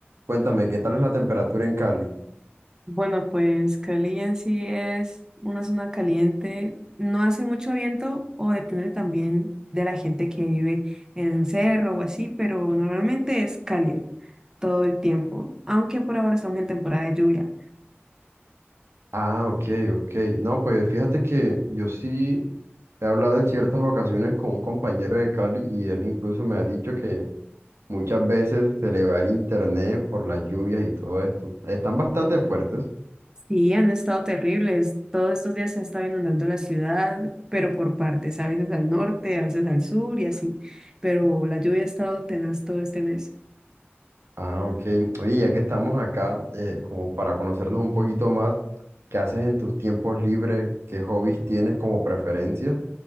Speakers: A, on the right (about 80°); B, on the right (about 15°).
A: Cuéntame, ¿qué tal es la temperatura en Cali?
B: Bueno, pues Cali en sí es una zona caliente. No hace mucho viento o depende también de la gente que vive en el cerro o así, pero normalmente es cálido todo el tiempo, aunque por ahora estamos en temporada de lluvia.
A: Ah, ok, ok. No, pues fíjate que yo sí he hablado en ciertas ocasiones con un compañero de Cali y él incluso me ha dicho que muchas veces se le va el internet por las lluvias y todo esto. Están bastante fuertes.
B: Sí, han estado terribles. Todos estos días se ha estado inundando la ciudad, pero por partes, a veces al norte, a veces al sur y así. Pero la lluvia ha estado tenaz todo este mes.
A: Ah, ok. Oye, ya que estamos acá, eh, como para conocernos un poquito más, ¿qué haces en tus tiempos libres? ¿Qué hobbies tienes como preferencia?